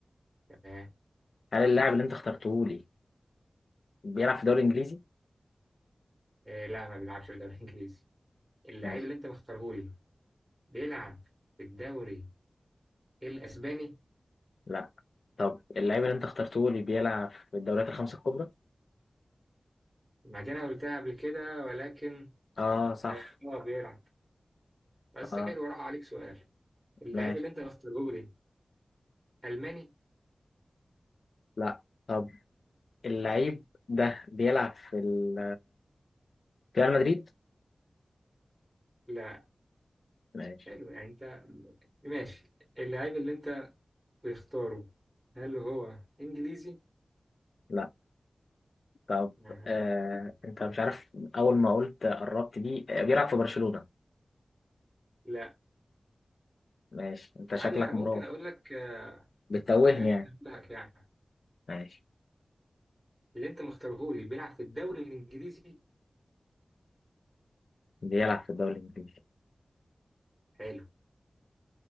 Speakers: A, in the centre; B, on the left.
A: تمام
B: هل اللاعب اللي انت اخترته لي بيلعب في الدوري الانجليزي
A: آه لا ما بيلعبش في الدوري الإنجليزي اللاعب
B: ماشي
A: اللي أنت مختارهولي بيلعب في الدوري الأسباني
B: لا طب اللعيب اللي انت اخترته لي بيلعب في الدوريات الخمسة الكبرى
A: ما دي أنا قلتها قبل كده ولكن
B: اه صح
A: آه هو بيلعب بس
B: اه
A: حلو راح عليك سؤال اللاعب
B: ماشي
A: اللي أنت مختارهولي ألماني
B: لا طب اللعيب ده بيلعب في ال... في ريال مدريد
A: لا
B: ماشي
A: حلو يعني أنت ماشي اللاعب اللي أنت بتختاره هل هو إنجليزي؟
B: لا طب
A: آه.
B: آه، انت مش عارف اول ما قلت قربت دي آه، بيلعب في برشلونة
A: لا
B: ماشي انت شكلك
A: عادي أنا ممكن
B: مراوغ
A: أقول لك آه،
B: بتتوهني
A: حاجات
B: يعني
A: تنبهك يعني
B: ماشي
A: اللي أنت مختارهولي بيلعب في الدوري الإنجليزي
B: بيلعب في الدوري الانجليزي
A: حلو